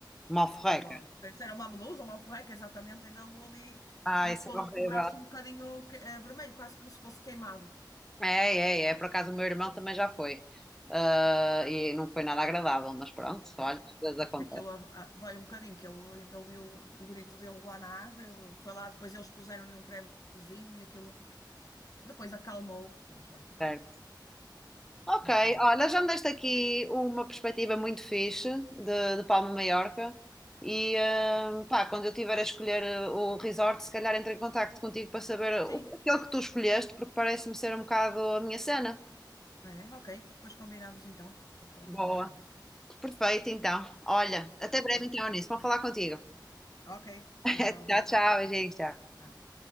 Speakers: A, in the centre; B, on the left.
A: Malforreca.
B: pelo uma, não sei se era uma medusa ou uma alforreca, exatamente, ainda levou ali,
A: Ah,
B: ainda
A: isso
B: ficou
A: é
B: ali
A: horrível.
B: com o braço um bocadinho que- eh, vermelho, quase como se fosse queimado.
A: É, é, é. Por acaso o meu irmão também já foi. Ah, e não foi nada agradável, mas pronto,
B: É,
A: olha, às vezes acontece.
B: acho que aquilo ah, ah, dói um bocadinho, que ele ainda ouviu o, o grito dele lá na água, ele foi lá, depois eles puseram-lhe um cremezinho e aquilo depois acalmou, pronto, já ficou
A: Certo.
B: bem.
A: Ok,
B: Mas,
A: olha, já me deste aqui uma perspectiva muito fixe de, de Palma de Maiorca. E ah, pá, quando eu tiver a escolher ah, o resort, se calhar entro em contacto contigo para saber o,
B: sim,
A: aquele que tu escolheste, porque parece-me ser um bocado a minha cena.
B: é, ok, depois combinamos então, para falarmos
A: Boa.
B: mais sobre isto.
A: Perfeito, então. Olha, até
B: Obrigada.
A: breve então nisso. Vou falar contigo.
B: Ok, tchau,
A: <laughs>
B: obrigada.
A: Tchau, tchau, beijinhos, tchau.
B: Tchau.